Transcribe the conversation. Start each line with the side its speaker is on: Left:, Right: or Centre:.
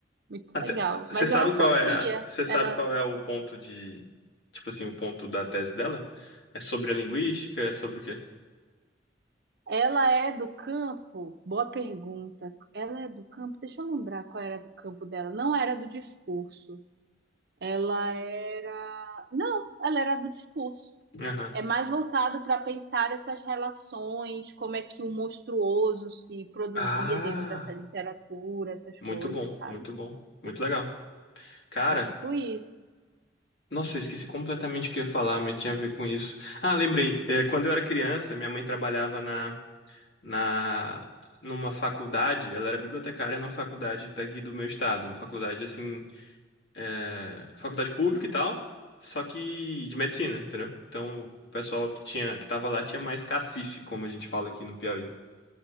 Right: Muito
Left: Até
Right: legal.
Left: você
Right: Mas
Left: sabe
Right: ela sofria.
Left: qual é, a- você sabe
Right: Ela,
Left: qual é o ponto de tipo assim, o ponto da tese dela? É sobre a linguística, é sobre o quê?
Right: ela é do campo? Boa pergunta. Ela é do campo? Deixa eu lembrar qual era do campo dela. Não era do discurso. Ela era. Não, ela era do discurso.
Left: Aham.
Right: É mais voltado para pensar essas relações, como é que o monstruoso se produzia
Left: Ah,
Right: dentro dessa literatura, essas
Left: muito
Right: coisas,
Left: bom,
Right: sabe?
Left: muito bom, muito legal. Cara,
Right: É tipo isso.
Left: Nossa, eu esqueci completamente o que eu ia falar, mas tinha a ver com isso. Ah, lembrei. É, quando eu era criança, minha mãe trabalhava na, na, numa faculdade. Ela era bibliotecária numa faculdade daqui do meu estado. Uma faculdade, assim, é, faculdade pública e tal, só que de medicina, entendeu? Então, o pessoal que tinha, que tava lá tinha mais cacife, como a gente fala aqui no Piauí.